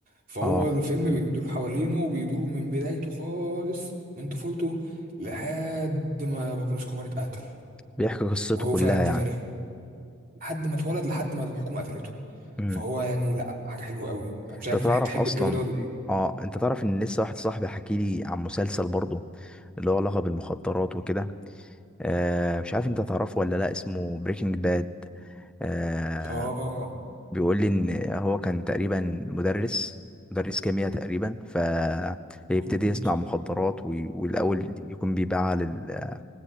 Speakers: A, on the right; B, in the centre.
A: فهو
B: اه
A: الفيلم بيدور حوالينه وبيدور من بدايته خالص من طفولته لحد ما بابلو اسكوبار اتقتل
B: بيحكي قصته
A: وهو
B: كلها
A: فعلا
B: يعني
A: دي تاريخ لحد ما اتولد لحد ما الحكومه قتلته
B: امم
A: فهو يعني لا حاجه حلوه قوي انا مش
B: انت
A: عارف
B: تعرف
A: تحب
B: اصلا
A: الجو ده ولا ايه
B: اه انت تعرف ان لسه واحد صاحبي حكي لي عن مسلسل برضه اللي هو علاقة بالمخدرات وكده آه مش عارف انت تعرفه ولا لا اسمه بريكنج باد آه
A: اه
B: بيقول لي ان هو كان تقريبا مدرس مدرس كيمياء تقريبا فيبتدي
A: مظبوط
B: يصنع مخدرات وي- والاول يكون بيبيعها لل-